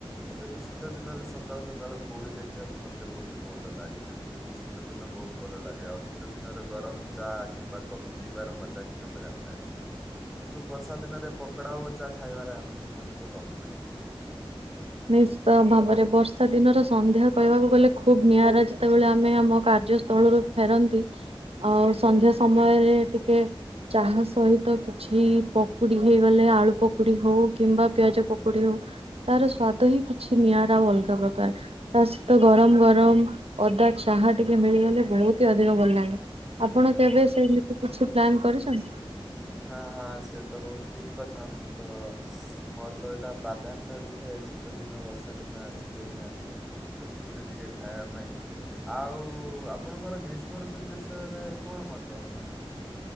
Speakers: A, in the centre; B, on the right.
A: ମତେ ବି ଶୀତ ଦିନରେ ସକାଳୁ ସକାଳୁ କୋଉଡିି ଦେଖିବାକୁ ମତେ ବହୁତ ଭଲ ଲାଗେ। ମୋତେ ବି ଶୀତ ଦିନ ବହୁତ୍ ଭଲ ଲାଗେ ଆଉ ଶୀତ ଦିନରେ ଗରମ ଚା କିମ୍ବା କଫି ପିଇବାର ମଜା ହିଁ ଅଲଗା ଥା କିନ୍ତୁ ବର୍ଷା ଦିନରେ ପକଡା ଓ ଚା ଖାଇବାରେ ଆନନ୍ଦ ମଧ୍ୟ କମ୍ ନୁହେଁ।
B: ନିଶ୍ଚିତ ଭାବରେ ବର୍ଷା ଦିନର ସନ୍ଧ୍ୟା କହିବାକୁ ଗଲେ ଖୁବ ନିଆରା ସେତେବେଳେ ଆମେ ଆମ କାର୍ଯ୍ୟସ୍ଥଳରୁ ଫେରନ୍ତି, ଆଉ ସନ୍ଧ୍ୟା ସମୟରେ ଟିକେ ଚାହା ସହିତ କିଛି ପକୁଡ଼ି ହେଇଗଲେ ଆଳୁ ପକୁଡ଼ି ହଉ କିମ୍ବା ପିଆଜ ପକୁୋଡ଼ି ହଉ ତାର ସ୍ଵାଦ ହିଁ କିଛି ନିଆରା ଆଉ ଅଲଗା ପ୍ରକାର ତା ସହିତ ଗରମ୍ ଗରମ୍ ଅଦା ଚାହା ଟିକେ ମିଳିଗଲେ ବହୁତ୍ ଅଧିକ ଭଲଲାଗେ ଆପଣ କେବେ ସେମିତି କିଛି ପ୍ଲାନ୍ କରିଛନ୍ତି?
A: ହାଁ ହାଁ ସେ ତ ବହୁତ୍ ଠିକ୍ କଥା ମୁଁ ତ ମୋର ତ ଏଇଟା ପ୍ରାଧାନ୍ୟ ରୁହେ ସି ଶୀତ ଦିନ ବର୍ଷା ଦିନ ଆସିଲେ ନିିହାତି ପକୁଡି ଟିକେ ଖାଇବା ପାଇଁ ଆଉ ଆପଣଙ୍କର ଗ୍ରୀଷ୍ମ ଋତୁ ବିଷୟରେ କଣ ମତ?